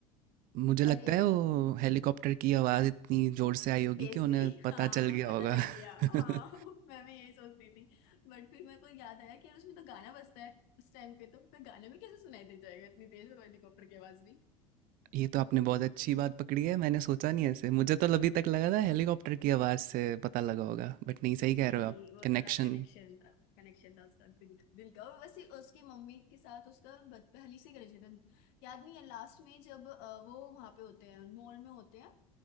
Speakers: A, on the right; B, on the left.
A: है। मुझे
B: अरे
A: लगता
B: एक
A: है वो हेलीकॉप्टर की आवाज़ इतनी ज़ोर से आई होगी
B: तेज
A: कि उन्हें
B: थी
A: पता
B: हाँ
A: चल गया
B: पता
A: होगा।
B: चल गया
A: <laughs>
B: हाँ <laughs> मैं भी यही सोचती थी बट फिर मेरे को याद आया कि यार उसमें तो गाना बजता है उस टाइम पे तो फिर गाने में कैसे सुनाई दे जाएगा इतनी तेज हेलीकॉप्टर की आवाज भी
A: ये तो आपने बहुत अच्छी बात पकड़ी है, मैंने सोचा नहीं ऐसे। मुझे तो अभी तक लगा था हेलीकॉप्टर की आवाज़ से पता लगा होगा, बट नहीं, सही
B: नहीं
A: कह रहे हो
B: नहीं
A: आप,
B: वो
A: कनेक्शन
B: थोड़ा कनेक्शन था कनेक्शन था उसका दिल, दिल का और वैसे उसकी मम्मी के साथ उसका बद- पहली से कनेक्शन था याद नहीं है लास्ट में जब अ, वो वहां पे होते हैं मॉल में होते हैं